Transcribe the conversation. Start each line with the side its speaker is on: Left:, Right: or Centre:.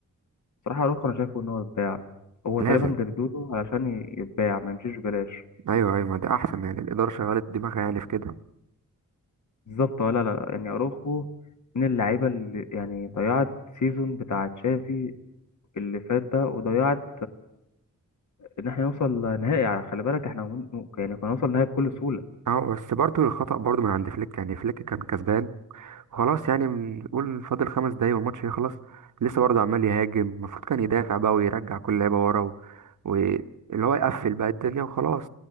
Left: بصراحة اروخو انا شايفه ان هو يتباع هو
Right: لازم
Left: تقريبا جددوا له علشان ي- يتباع ما يمشيش ببلاش
Right: ايوه ايوه ما ده احسن يعني الاداره شغلت دماغها يعني في كده
Left: بالظبط ولا لا لا يعني اروخو من اللعيبة اللي يعني ضيعت سيزون بتاع تشافي اللي فات ده وضيعت ان احنا نوصل نهائي على خلي بالك احنا ممكن يعني كنا نوصل نهائي بكل سهوله
Right: اه بس برضو الخطأ برضو من عند فليك يعني فليك كان كسبان خلاص يعني نقول فاضل خمس دقايق والماتش يخلص لسه برضه عمال يهاجم المفروض كان يدافع بقى ويرجع كل لعيبه ورا و... واللي هو يقفل بقى الدنيا وخلاص